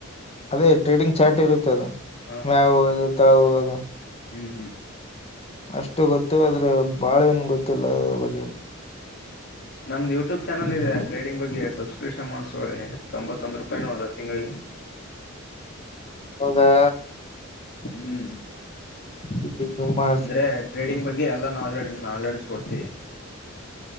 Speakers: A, on the left; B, on the left.
A: ಅದೇ ಟ್ರೇಡಿಂಗ್ ಚಾರ್ಟ್ ಇರುತ್ತೆ ಅಲ್ಲ
B: ಹ
A: ಮ್ಯವು ತಳದು.
B: ಹ <unintelligible>
A: ಅಷ್ಟು ಗೊತ್ತು ಆದ್ರೆ. ಬಾಳ ಏನ್ ಗೊತ್ತಿಲ್ಲ ಅದ್ರ ಬಗ್ಗೆ <unintelligible>
B: ನಮ್ದು ಯೂಟ್ಯೂಬ್ ಚಾನಲ್ ಇದೆ ಟ್ರೇಡಿಂಗ್ ಬಗ್ಗೆ ಸಬ್ಸ್ಕ್ರಿಪ್ಷನ್ ಮಾಡ್ಸೋಳೆ ತೊಂಬತ್ತೊಂದ ರೂಪಾಯಿ ನೋಡುವ ತಿಂಗಳಿಗೆ.
A: ಹೌದಾ.
B: ಹ್ಮ್ <unintelligible>
A: <unintelligible> ಮಾಡ್
B: ಅಂದ್ರೆ ಟ್ರೇಡಿಂಗ್ ಬಗ್ಗೆ ಎಲ್ಲಾ ನಾಲೆಡ್ ನಾಲೆಡ್ಸ್ ಕೊಡ್ತಿೀವಿ.